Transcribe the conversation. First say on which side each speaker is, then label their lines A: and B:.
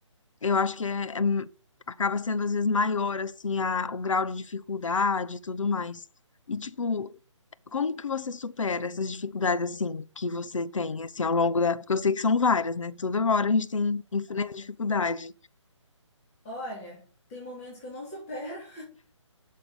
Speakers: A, on the left; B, on the left.
A: eu acho que é, é- acaba sendo, às vezes, maior, assim, a, o grau de dificuldade e tudo mais. E, tipo, como que você supera essas dificuldades assim que você tem assim ao longo da, porque eu sei que são várias, né? Toda hora a gente tem enfrenta dificuldade.
B: Olha, tem momentos que eu não supero.